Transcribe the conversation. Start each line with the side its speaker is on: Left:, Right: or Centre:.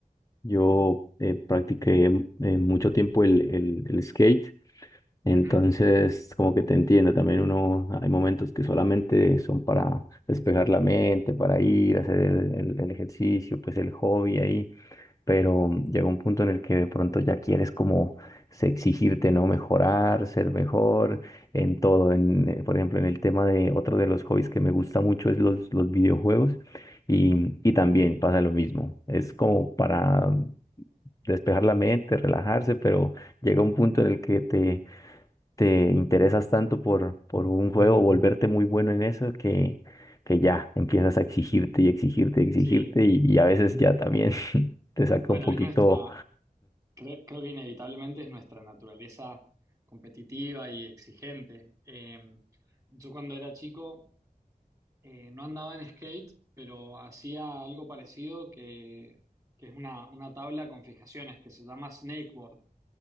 Left: yo eh, practiqué eh, mucho tiempo el, el, el skate Entonces,
Right: Ujú.
Left: como que te entiendo, también uno, hay momentos que solamente son para despejar la mente, para ir, hacer el, el- el ejercicio, pues el hobby ahí, pero mm, llega un punto en el que de pronto ya quieres como se- exigirte, ¿no? Mejorar, ser mejor en todo, en, eh, por ejemplo, en el tema de otro de los hobbies que me gusta mucho es los, los videojuegos y, mm, y también pasa lo mismo, es como para despejar la mente, relajarse, pero llega un punto en el que te te interesas tanto por, por un juego, volverte muy bueno en eso, que, que ya empiezas a exigirte y exigirte y exigirte
Right: Sí,
Left: y, y a veces ya también <laughs> te saca
Right: Bueno,
Left: un poquito.
Right: es nuestra, cre- creo que inevitablemente es nuestra naturaleza competitiva y exigente. Eh, yo cuando era chico eh, no andaba en skate, pero hacía algo parecido que, que es una, una tabla con fijaciones que se llama snakeboard.